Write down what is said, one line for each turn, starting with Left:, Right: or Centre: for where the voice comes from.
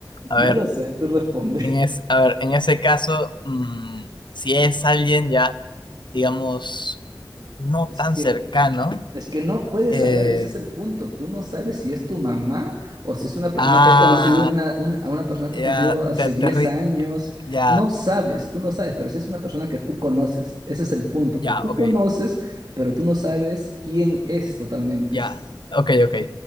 Left: A
Right: No
Left: ver.
Right: lo sé, tú respondes.
Left: En es, a ver, en ese caso, mm, si es alguien ya, digamos, no
Right: Es
Left: tan
Right: que
Left: cercano,
Right: Es que no puedes
Left: eh,
Right: saber, ese es el punto. Tú no sabes si es tu mamá o si es una persona
Left: ah,
Right: que has conocido, una, un- a una persona que has conocido
Left: ya,
Right: hace
Left: te,
Right: 10
Left: te ri-
Right: años.
Left: ya,
Right: No sabes, tú no sabes, pero si es una persona que tú conoces, ese es el punto,
Left: ya,
Right: que tú
Left: ok,
Right: conoces, pero tú no sabes quién es totalmente.
Left: ya, ok, ok,